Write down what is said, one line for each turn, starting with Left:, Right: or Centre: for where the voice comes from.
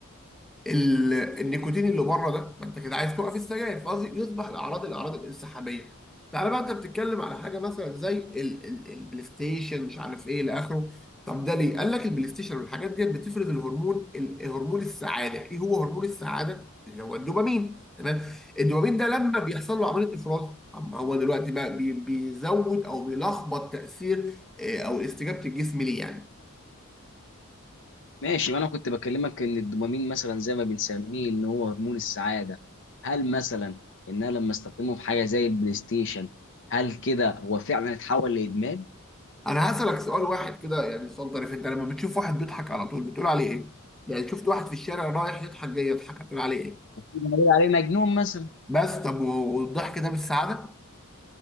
Centre: ال- النيكوتين اللي بره ده ما انت كده عايز توقف السجاير فقصدي يصبح الاعراض الاعراض الانسحابيه تعالى بقى انت بتتكلم على حاجه مثلا زي ال- ال- البلاي ستيشن مش عارف ايه الى اخره طب ده ليه؟ قال لك البلاي ستيشن والحاجات ديت بتفرز الهرمون ال- هرمون السعاده، ايه هو هرمون السعاده؟ اللي هو الدوبامين، تمام؟ الدوبامين ده لما بيحصل له عمليه افراز، طب ما هو دلوقتي بقى بي- بيزود او بيلخبط تاثير آه، او استجابه الجسم ليه يعني.
Left: ماشي ما انا كنت بكلمك ان الدوبامين مثلا زي ما بنسميه ان هو هرمون السعاده هل مثلا ان انا لما استخدمه في حاجه زي البلاي ستيشن هل كده هو فعلا اتحول لادمان؟
Centre: انا هسألك سؤال واحد كده يعني سؤال طريف انت لما بتشوف واحد بيضحك على طول بتقول عليه ايه يعني شفت واحد في الشارع رايح يضحك جاي يضحك هتقول عليه ايه
Left: بنقول عليه مجنون مثلا
Centre: بس طب و- والضحك ده مش سعادة